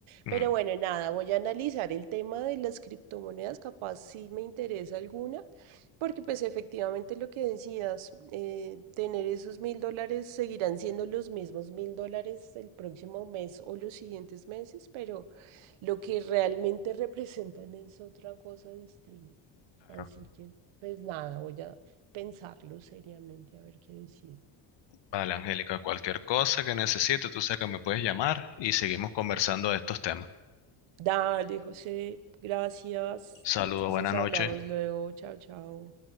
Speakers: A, on the left (about 60°); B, on the right (about 75°).
A: Mm.
B: Pero bueno, nada, voy a analizar el tema de las criptomonedas, capaz si me interesa alguna, porque pues efectivamente lo que decías, eh, tener esos mil dólares seguirán siendo los mismos mil dólares el próximo mes o los siguientes meses, pero lo que realmente representan es otra cosa distinta.
A: claro.
B: Así que pues nada, voy a pensarlo seriamente a ver qué decido.
A: Vale, Angélica, cualquier cosa que necesite, tú sabes que me puedes llamar y seguimos conversando de estos temas.
B: Dale, José, gracias.
A: Saludos,
B: Entonces
A: buenas
B: hablamos
A: noches.
B: luego, chao, chao.